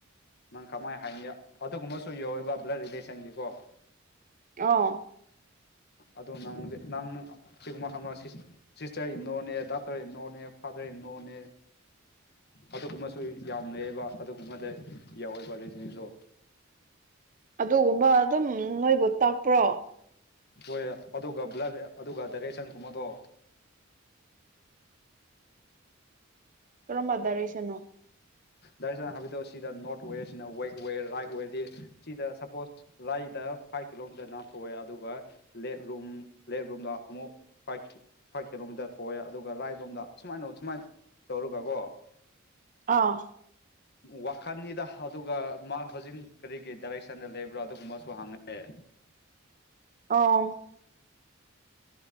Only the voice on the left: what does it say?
ꯅꯪ ꯀꯃꯥꯏꯅ ꯍꯥꯏꯅꯤ ꯑꯗꯨꯒꯨꯝꯕꯁꯨ ꯌꯧꯔꯤꯕ ꯕ꯭ꯂꯠ ꯔꯤꯂꯦꯁꯟꯒꯤꯀꯣ꯫
ꯑꯗꯣ ꯅꯪ ꯅꯪꯅ ꯁꯤꯒꯨꯝꯕ ꯐꯔꯥꯃꯁꯤꯁ ꯁꯤꯁꯇꯔ ꯏꯟꯂꯣꯅꯦ ꯗꯥꯇꯔ ꯏꯅꯂꯣꯅꯦ ꯐꯥꯗꯔ ꯏꯟꯂꯣꯅꯦ꯫ ꯑꯗꯨꯒꯨꯝꯕꯁꯨ ꯌꯥꯝ ꯂꯩꯌꯦꯕ ꯑꯗꯨꯒꯨꯝꯕꯗ ꯌꯧꯋꯦꯕ ꯔꯤꯖꯅꯤꯡꯁꯨ꯫
ꯍꯣꯏ ꯑꯗꯨꯒ ꯕ꯭ꯂꯠ ꯑꯗꯨꯒ ꯗꯥꯏꯔꯦꯛꯁꯟ ꯈꯨꯝꯕ ꯑꯗꯣ
ꯗꯥꯏꯔꯦꯛꯁ ꯍꯥꯏꯕꯤꯗꯛꯑꯣ ꯁꯤꯗ ꯅꯣꯔꯠ ꯑꯣꯏꯔꯦ ꯁꯤꯅ ꯋꯦꯛ ꯑꯣꯏꯔꯦ ꯔꯥꯏꯠ ꯑꯣꯏꯔꯗꯤ ꯁꯤꯗ ꯁꯄꯣꯁ ꯂꯗ ꯐꯥꯏꯚ ꯀꯤꯂꯣꯃꯤꯇꯔ ꯅꯥꯊꯣꯛꯑꯦ ꯑꯗꯨꯒ ꯂꯦꯠ ꯔꯨꯝ ꯂꯦꯠ ꯔꯨꯝꯗ ꯑꯃꯨꯛ ꯐꯥꯏꯠ ꯐꯥꯏꯚ ꯀꯤꯂꯣꯃꯤꯇꯔ ꯊꯣꯛꯑꯦ ꯑꯗꯨꯒ ꯔꯥꯏꯠ ꯂꯣꯝꯗ ꯁꯨꯃꯥꯏꯅ ꯁꯨꯃꯥꯏꯅ ꯇꯧꯔꯒꯀꯣ꯫
ꯋꯥꯈꯟꯅꯤꯗ ꯑꯗꯨꯒ ꯃꯥ ꯍꯧꯖꯤꯛ ꯀꯔꯤꯒꯤ ꯗꯥꯏꯔꯦꯛꯁꯟꯗ ꯂꯩꯕ꯭ꯔꯣ ꯑꯗꯨꯒꯨꯝꯕꯁꯨ ꯍꯪꯉꯛꯑꯦ꯫